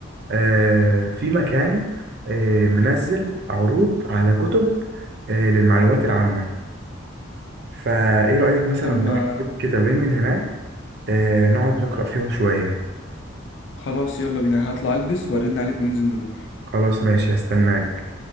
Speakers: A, on the right; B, on the left.
A: آه في مكان آه منزل عروض على كتب آه للمعلومات العامة فايه رأيك مثلا
B: طب ما
A: نروح نجيب كتابين من هناك آه نقعد نقرأ فيهم شوية
B: خلاص يلا بينا هطلع البس وارن عليك وننزل نروح
A: خلاص ماشي هستناك